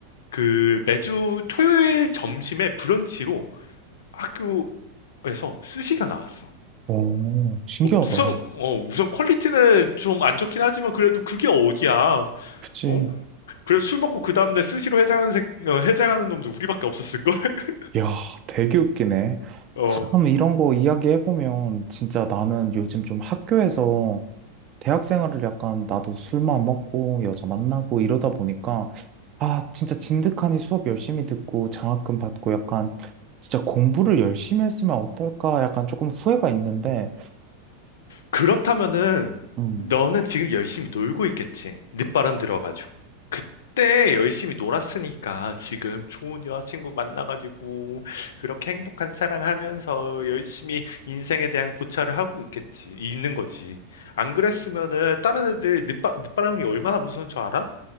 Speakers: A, on the left; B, on the right.
A: 그 매주 토요일 점심에 브런치로 학교에서 스시가 나왔어.
B: 어, 신기하다.
A: 어, 우선, 어, 우선 퀄리티는 좀 안 좋긴 하지만 그래도 그게 어디야.
B: 그치.
A: 어? 그래서 술 먹고 그 다음날 스시로 해장하는, 새- 어, 해장하는 놈들 우리밖에 없었을걸? <laughs>
B: 야, 되게 웃기네.
A: 어.
B: 참, 이런 거 이야기해보면, 진짜 나는 요즘 좀 학교에서 대학 생활을 약간 나도 술만 먹고 여자 만나고 이러다 보니까, 아, 진짜 진득하니 수업 열심히 듣고 장학금 받고 약간 진짜 공부를 열심히 했으면 어떨까 약간 조금 후회가 있는데,
A: 그렇다면은
B: 음.
A: 너는 지금 열심히 놀고 있겠지. 늦바람 들어가지고. 그때 열심히 놀았으니까 지금 좋은 여자친구 만나가지고 그렇게 행복한 사랑하면서 열심히 인생에 대한 고찰을 하고 있겠지. 있는 거지. 안 그랬으면은 다른 애들 늦바, 늦바람이 얼마나 무서운 줄 알아?